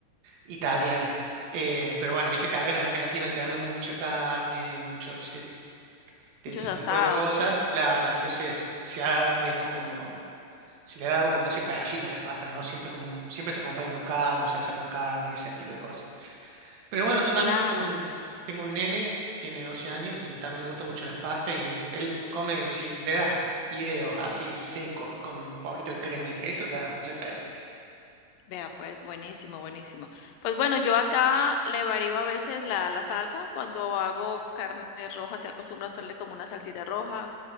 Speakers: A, on the right; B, on the left.
A: italiana. Eh, pero bueno, viste que acá en Argentina al tener mucha carne y mucho ese, de
B: Muchos
A: ese
B: asados,
A: tipo de cosas,
B: sí.
A: claro, entonces se ha, digamos, como se le ha dado como ese perfil a las pastas, ¿no? Siempre, con, siempre se acompaña con carne o salsa con carne y ese estilo de cosas. Pero bueno, yo también
B: Claro.
A: tengo un, tengo un nene, tiene 12 años y también le gustan mucho las pastas y él come, si le das fideos así secos con un poquito de crema y queso, ya, ya es feliz.
B: Vea, pues, buenísimo, buenísimo. Pues bueno, yo acá le varío a veces la, la salsa. Cuando hago carne roja, se acostumbra a hacerle como una salsita roja,